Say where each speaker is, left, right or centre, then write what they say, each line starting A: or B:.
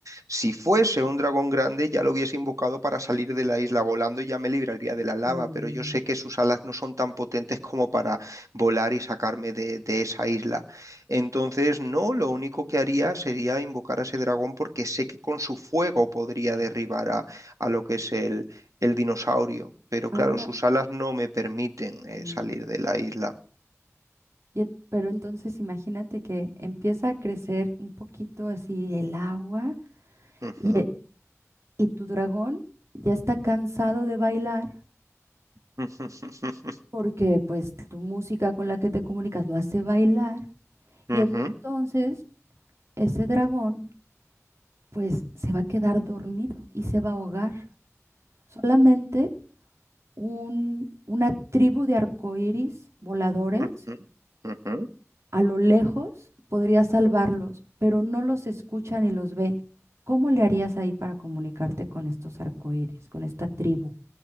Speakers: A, on the right; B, on the right.
A: Si fuese un dragón grande ya lo hubiese invocado para salir de la isla volando y ya me libraría de la lava,
B: Mm,
A: pero yo sé que sus alas no son tan potentes como para volar y sacarme de, de esa isla. Entonces, no, lo único que haría sería invocar a ese dragón porque sé que con su fuego podría derribar a a lo que es el el dinosaurio, pero
B: Ahora.
A: claro, sus alas no me permiten eh,
B: Mm,
A: salir de la isla.
B: y- pero entonces imagínate que empieza a crecer un poquito así el agua
A: Ujú,
B: y, e- y tu dragón ya está cansado de bailar
A: ujú, <laughs>
B: porque pues tu música con la que te comunicas lo hace bailar
A: ujú,
B: y entonces ese dragón pues se va a quedar dormido y se va a ahogar. Solamente un, una tribu de arcoíris voladores
A: ujú, ujú.
B: A lo lejos podría salvarlos, pero no los escucha ni los ve. ¿Cómo le harías ahí para comunicarte con estos arcoíris, con esta tribu